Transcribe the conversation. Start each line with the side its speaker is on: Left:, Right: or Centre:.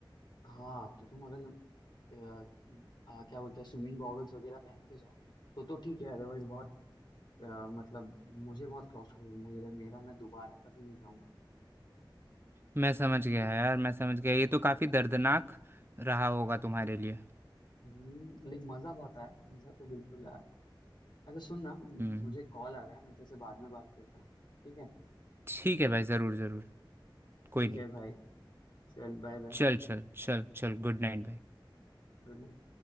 Left: हाँ तो तुम अगर अ, अ, क्या बोलते हैं स्विमिंग गॉगल्स वगैरह पहन के जाओ तो तो ठीक है अदरवाइज बहुत अ, मतलब मुझे बहुत क्लॉस्ट्रोफोबिक मुझे मेरा मैं दोबारा कभी नहीं जाऊंगा
Right: मैं समझ गया यार मैं समझ गया ये तो काफी दर्दनाक रहा होगा तुम्हारे लिए
Left: हम्म, लेकिन मजा बहुत आया मजा तो बिल्कुल आया अच्छा सुन ना म-
Right: हम्म
Left: मुझे कॉल आ रहा है मैं तेरे से बाद में बात करता हूँ ठीक है
Right: ठीक है भाई जरूर जरूर
Left: ठीक
Right: कोई नहीं
Left: है भाई चल बाय बाय
Right: चल चल चल चल गुड नाइट भाई
Left: Good night